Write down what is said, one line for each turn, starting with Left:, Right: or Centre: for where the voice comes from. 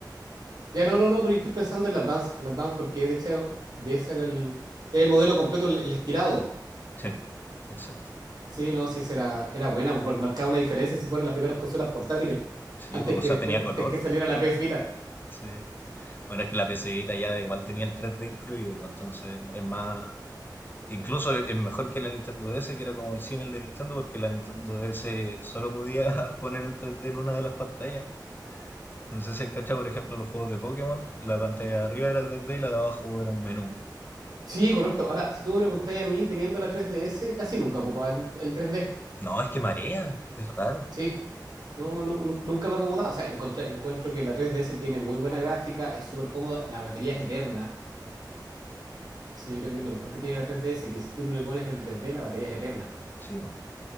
Right: Ya no, no, no, pero yo estoy pensando en la Advance, la Advance, porque de hecho, de ese era el, el modelo completo, el, el estirado. po.
Left: Sí, exacto.
Right: Sí, no, sí, esa era, era buena, po, porque marcaba una diferencia si fueran las primeras consolas portátiles,
Left: Sí,
Right: antes
Left: pues, o
Right: que
Left: sea,
Right: después,
Left: tenía
Right: antes
Left: color.
Right: que saliera la PS Vita.
Left: Sí. Bueno, es que la pcita ya igual tenía el 3D incluido, pues, entonces es más. Incluso es mejor que la Nintendo DS, que era como el símil de Nintendo, porque la Nintendo DS solo podía <laughs> poner el 3D en una de las pantallas. No sé si has cachado, por ejemplo, los juegos de Pokémon, la pantalla de arriba era 3D y la de abajo era un menú.
Right: Sí, correcto. Ahora, si tú me preguntáis a mí, teniendo la 3DS, casi nunca ocupaba el, el 3D.
Left: No, es que marea, es raro.
Right: Sí. No, no, nu- nunca me ha acomodado, O sea, encontré- encuentro que la 3DS tiene muy buena gráfica, es súper cómoda, la batería es eterna. Eso yo creo que es lo mejor que tiene la 3DS, que si tú no le pones el 3D, la batería es eterna.
Left: Sí, pues,